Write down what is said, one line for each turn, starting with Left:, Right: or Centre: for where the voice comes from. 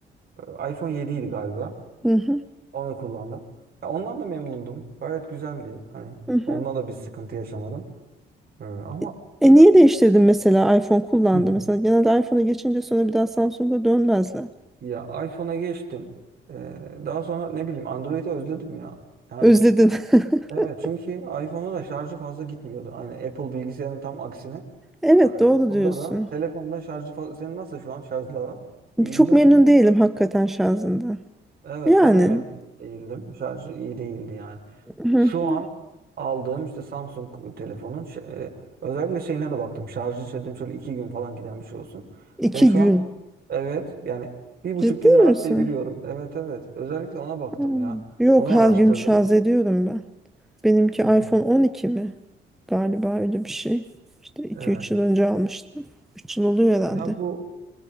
Right: Ee, iPhone 7 idi galiba.
Centre: Hı hı.
Right: Onu kullandım. Ya ondan da memnundum. Gayet güzeldi. Hani
Centre: Hı hı.
Right: ondan da bir sıkıntı yaşamadım. Ee, ama
Centre: E e niye
Right: <clears throat>
Centre: değiştirdin mesela iPhone kullandı
Right: Hı.
Centre: mesela genelde iPhone'a geçince sonra bir daha Samsung'a dönmezler.
Right: ya iPhone'a geçtim. Ee, daha sonra ne bileyim Android'i özledim ya. Yani
Centre: Özledin. <laughs>
Right: evet çünkü iPhone'a da şarjı fazla gitmiyordu. Hani Apple bilgisayarın tam aksine.
Centre: Evet
Right: A- Apple'da
Centre: doğru diyorsun.
Right: da telefonda şarjı fazla. Senin nasıl şu an şarjlı aran? İyi
Centre: Çok
Right: gidiyor
Centre: memnun
Right: mu?
Centre: değilim hakikaten şarjından.
Right: Evet
Centre: Yani
Right: ben de memnun değildim. Şarjı iyi değildi yani.
Centre: hı.
Right: Şu an aldığım işte Samsung telefonun şey- e, özellikle şeyine de baktım. Şarjı dedim şöyle iki gün falan giden bir şey olsun.
Centre: iki
Right: Ve şu
Centre: gün.
Right: an evet yani bir buçuk
Centre: Ciddi
Right: gün rahat
Centre: misin?
Right: deviriyorum. Evet evet. Özellikle ona baktım
Centre: Hmm.
Right: ya.
Centre: Yok
Right: Onu
Centre: her
Right: araştırdım.
Centre: gün şarj ediyorum ben. Benimki
Right: Hı
Centre: iPhone
Right: hı.
Centre: 12 mi? Galiba öyle bir şey. İşte iki
Right: Evet.
Centre: üç yıl önce almıştım. Üç yıl oluyor herhalde.
Right: Ya bu